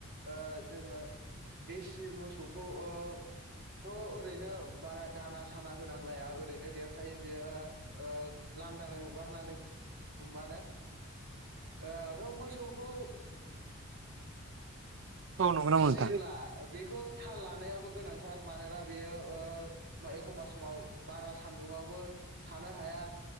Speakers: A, on the right; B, on the right.
A: ओ जोङो देसि मोसौखौथ ओरैनो बारा दाना साना होनांलाया ओरै नो देरखायो बेयो ओ ओ लांदाङै हगारनानै गुमबानो ओ थ मोसौखौ
B: औ नंगौ नामा
A: फियोब्ला
B: नोंथां
A: बेखौ थाल लानायाबो गोनांथार मानोना बेयो ओ एखमबा समाव बारास सानदुंआवबो थानो हाया